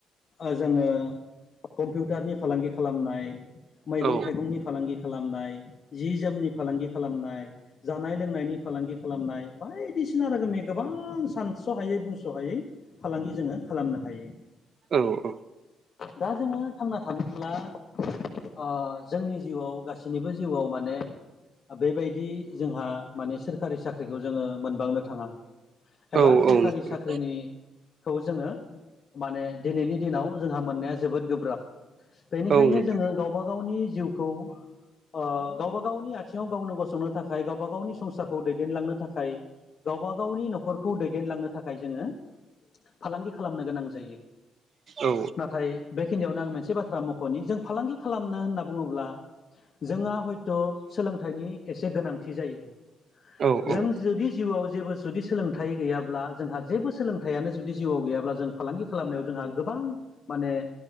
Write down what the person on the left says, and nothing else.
ओ जोङो कम्पिउटारनि फालांगि खालामनाय। मैगं
थाइगंनि फालांगि खालामनाय जि जोमनि फालांगि खालामनाय। जानाय लोंनायनि फालांगि। खालामनाय बायदिसिना रोखोमनि गोबां सानस' हायै बुंस' हायै फालांगि जोङो खालामनो हा हायो।
दा जोङो थांना थानोब्ला ओ जोंनि जिउआव गासैनिबो जिउआव माने बेबायदि जोंहा माने सोरखारि साख्रिखौ जोङो मोनबांनो थाङा। एबा
सोरखारि
साख्रिनिखौ जोङो माने दिनैनि दिनाव जोंहा मोननाया जोबोद गोब्राब। बेनिखायनो
जोङो गावबा गावनि बि जिउखौ ओ गावबा गावनि आथिङाव गावनो गसंनो थाखाय खाय गावबा गावनि संसारखौ दैदेनलांनो थाखाय गावबा गावनि न'खरखौ दैदेनलांनो थाखाय जोङो फालांगि खालामनो गोनां जायो।
नाथाय बेखिनियावनो आं मोनसे बाथ्रा मख'नि जों फालांगि खालामनो होनना बुङोब्ला जोंहा हयथ' सोलोंथाइनि एसे गोनां थि जायो
जों
जुदि जिउ आव जेबो जुदि सोलोंथाइ गैयाब्ला जोंहा जेबो सोलोंथाइयानो जुदि जिउआव गैयाब्ला जों फालांगि खालामनायाव जोंहा गोबां माने